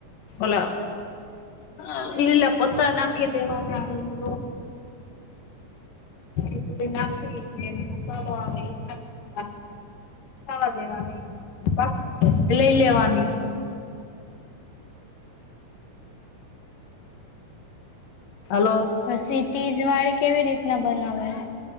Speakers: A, on the left (about 80°); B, on the left (about 55°).
A: ઓલા. હા, લીલા પતા નાખી દેવાના એતો. એક બે નાખી ને, મસાલો આવે એ નાખી દઈ. ખાવા દેવાની, બાકી લઈ લેવાની. હલો.
B: પછી ચીઝ વાળી કેવી રીતના બનાવાય?